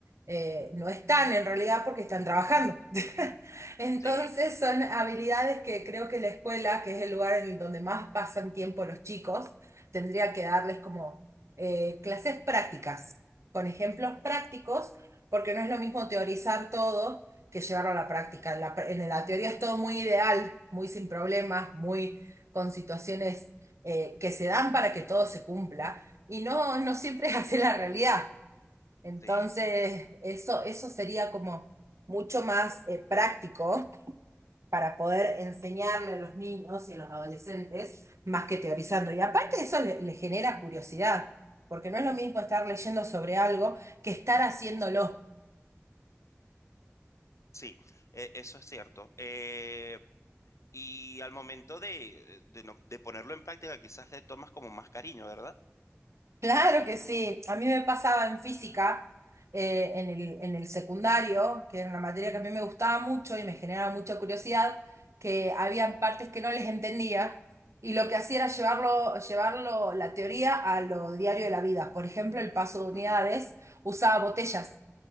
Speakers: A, on the right; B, on the left.
A: eh, no están en realidad porque están trabajando. <laughs> Entonces
B: Sí,
A: son habilidades que creo que la escuela, que es el lugar en el donde más pasan tiempo los chicos, tendría que darles como eh, clases prácticas, con ejemplos prácticos, porque no es lo mismo teorizar todo que llevarlo a la práctica. En la, pr- en la teoría es todo muy ideal, muy sin problemas, muy con situaciones eh, que se dan para que todo se cumpla y no, no siempre <laughs> es así la realidad. Entonces,
B: sí, sí,
A: eso, eso sería como mucho más eh, práctico para poder enseñarle a los niños y a los adolescentes más que teorizando. Y aparte eso le, le genera curiosidad, porque no es lo mismo estar leyendo sobre algo que estar haciéndolo.
B: sí, e- eso es cierto. Eh, y al momento de, de no- de ponerlo en práctica, quizás le tomas como más cariño, ¿verdad?
A: Claro que sí. A mí me pasaba en física, eh, en el, en el secundario, que era una materia que a mí me gustaba mucho y me generaba mucha curiosidad, que había partes que no les entendía y lo que hacía era llevarlo, llevarlo la teoría a lo diario de la vida. Por ejemplo, el paso de unidades
B: Ujú.
A: usaba botellas.